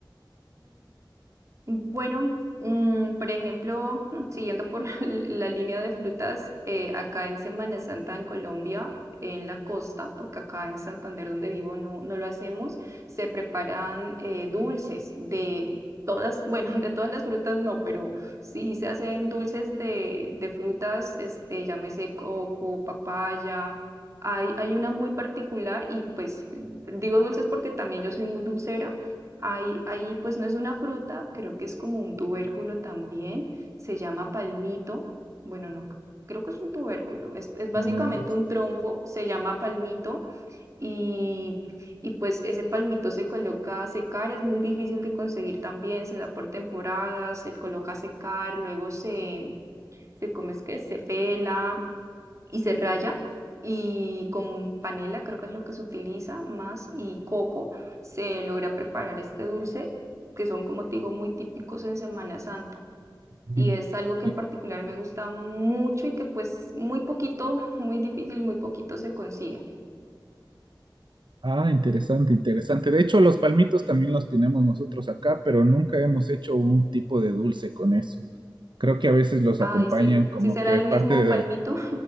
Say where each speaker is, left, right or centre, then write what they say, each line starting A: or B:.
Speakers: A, on the right; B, on the right.
A: Bueno, mm, por ejemplo, <laughs> mm, siguiendo por <laughs> la línea de frutas, eh, acá en Semana Santa en Colombia, en la costa, porque acá en Santander donde vivo no, no lo hacemos, se preparan eh, dulces de todas, bueno, <laughs> de todas las frutas no, pero sí se hacen dulces de, de frutas, este, llámese coco, papaya. Hay, hay una muy particular y pues digo dulces porque también yo soy muy dulcera Ahí, ahí pues no es una fruta, creo que es como un tubérculo también, se llama palmito, bueno, no, c- creo que es un tubérculo, es, es básicamente
B: Ya,
A: un tronco, se llama palmito y, y pues ese palmito se coloca a secar, es muy difícil de conseguir también, se da por temporadas, se coloca a secar, luego se, se come, es que se pela y se raya y con panela, creo que es lo que se utiliza más, y coco, se logra preparar este dulce que son, como te digo, muy típicos en Semana Santa.
B: mira.
A: Y es algo que
B: Y-
A: en particular me gusta mucho y que pues muy poquito, <laughs> muy difícil y muy poquito se consigue.
B: Ah, interesante, interesante. De hecho, los palmitos también los tenemos nosotros acá, pero nunca hemos hecho un tipo de dulce con eso. Creo que a veces los
A: Ay,
B: acompañan
A: sí,
B: como
A: sí será
B: que
A: el
B: es
A: mismo
B: parte
A: palmito.
B: de,